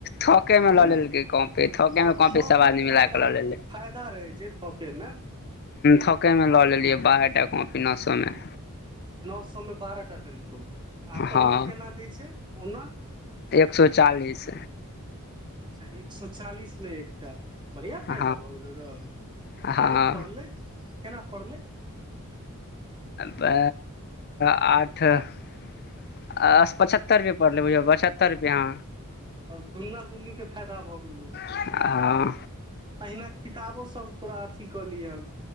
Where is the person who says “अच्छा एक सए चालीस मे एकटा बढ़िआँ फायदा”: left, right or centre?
Right